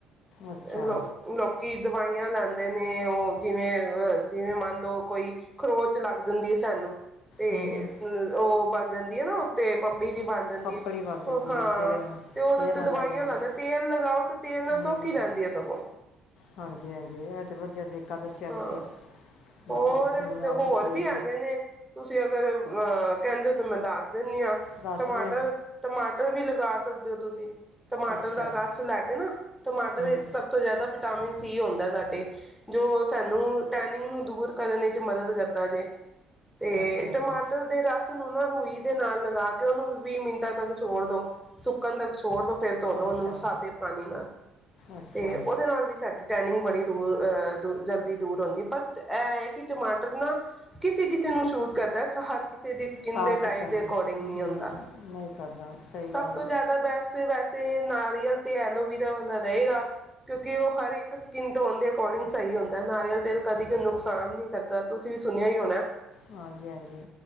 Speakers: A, on the left; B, in the centre.
A: ਅੱਛਾ
B: ਲੋਕ ਲੋਕ ਕਿ ਦਵਾਈਆਂ ਲੈਂਦੇ ਨੇ। ਉਹ ਜਿਵੇਂ ਅ ਜਿਵੇਂ ਮੰਨ ਲਓ ਕੋਈ ਖਰੋਚ ਲੱਗ ਜਾਂਦੀ ਹੈ ਸਾਨੂੰ। ਤੇ
A: ਹਮ, ਹਮ।
B: ਉਹ ਬਣ ਜਾਂਦੀ ਹੈ। ਨਾ ਉੱਤੇ ਬੀਜੀ ਬਣ ਜਾਂਦੀ
A: ਪੱਪਲੀ
B: ਹੈ।
A: ਵਗ ਜਾਂਦੀ
B: ਉਹ ਹਾਂ
A: ਹੈ ਤੇਲ
B: ਤੇ ਉਹਦੇ
A: ਤੇਲ
B: ਉੱਤੇ
A: ਨਾਲ
B: ਦਵਾਈਆਂ
A: ਲੈ ਜਾਂਦੇ
B: ਲਾਉਦੇ
A: ਆ
B: ਤੇਲ ਲਗਾਓ ਤੇ ਤੇਲ ਨਾਲ
A: ਹੂੰ
B: ਸੌਖੀ ਰਹਿੰਦੀ ਹੈ ਸਗੋਂ
A: ਹਾਂਜੀ ਹਾਂਜੀ ਇਹ ਤਾਂ ਵਧੀਆ ਤਰੀਕਾ ਦੱਸਿਆ
B: ਹਾਂ
A: ਤੁਸੀਂ
B: ਹੋਰ
A: ਮਤਲਬ ਹੁਣ ਆ
B: ਹੋਰ
A: ਜਾ ਤੇਲ
B: ਵੀ ਆਗੇਏ ਨੇ ਤੁਸੀਂ ਅਗਰ ਅ ਕਹਿੰਦੇ ਹੋ ਤੇ ਮੈਂਦਾਸ ਦਿੰਨ ਹਾਂ
A: ਦੱਸ
B: ਟਮਾਟਰ,
A: ਦੇ
B: ਟਮਾਟਰ ਵੀ ਲੱ ਗਾ ਸਕਦੇ ਹੋ ਤੁਸੀਂ ਟਮਾਟਰ
A: ਅੱਛਾ
B: ਦਾ ਰਸ ਲੈ ਕੇ। ਨਾ। ਟਮਾਟਰ
A: ਹੂੰ
B: ਇਹ ਸਭ ਤੋਂ ਜ਼ਿਆਦਾ ਵਿਟਾਮਿਨ ਸੀ ਹੁੰਦਾ ਸਾਡੇ। ਜੋ ਸਾਨੂੰ ਟੈਨਿੰਗ ਨੂੰ ਦੂਰ ਕਰਨ ਵਿੱਚ ਮਦਦ ਕਰਦਾ ਜੇ। ਤੇ
A: ਅੱਛਾ
B: ਟਮਾਟਰ
A: ਜੀ।
B: ਦੇ ਰਸ ਨੂੰ ਨਾ ਰੂਈ ਦੇ ਨਾਲ ਲਗਾ ਕੇ ਉਹਨੂੰ ਵੀਹ ਮਿੰਟਾਂ ਤੱਕ ਛੋੜ ਦੋ ਸੁੱਕਣ ਤੱਕ ਛੋੜ ਦੋ ਫਿਰ ਧੋਲੋ
A: ਅੱਛਾ
B: ਉਹਨੂੰ ਸਾਦੇ ਪਾਣੀ ਨਾਲ
A: ਅੱਛਾ
B: ਤੇ ਉਹਦੇ ਨਾਲ ਵੀ ਸਾਡੀ ਟੈਨਿੰਗ ਬੜੀ ਦੂਰ ਅ ਜਲਦੀ ਦੂਰ ਹੁੰਦੀ ਪਰ ਇਹ ਏ ਕਿ ਟਮਾਟਰ ਨਾ ਕਿਸੇ ਕਿਸੇ ਨੂੰ ਸੂਟ ਕਰਦਾ ਹਰ ਕਿਸੇ ਦੀ ਸਕਿਨ
A: ਸਾਗ
B: ਦੇ ਟਾਈਪ
A: ਕਿਸੇ ਨੂੰ
B: ਦੇ ਅਕੋਰਡਿੰਗ ਨਹੀਂ
A: ਹੂੰ
B: ਹੁੰਦਾ
A: ਨਹੀਂ ਕਰਦਾ ਸਹੀ
B: ਸਭ
A: ਗੱਲ
B: ਤੋਂ
A: ਹੈ
B: ਜ਼ਿਆਦਾ ਬੈਸਟ ਵਸ ਤੇ ਨਾਰੀਅਲ ਤੇ ਐਲੋਵੀਰਾ ਵਾਲਾ ਰਹੇਗਾ ਕਿਉਂਕਿ ਉਹ ਹਰ ਇੱਕ ਸਕਿਨ ਟੋਨ ਦੇ ਅਕੋਰਡਿੰਗ ਸਹੀ ਹੁੰਦਾ ਨਾਰੀਅਲ ਤੇਲ ਕਦੇ ਕੋਈ ਨੁਕਸਾਨ ਨਹੀਂ ਕਰਦਾ ਤੁਸੀਂ ਵੀ ਸੁਣਿਆ ਹੀ ਹੋਣਾ
A: ਹਾਂਜੀ ਹਾਂਜੀ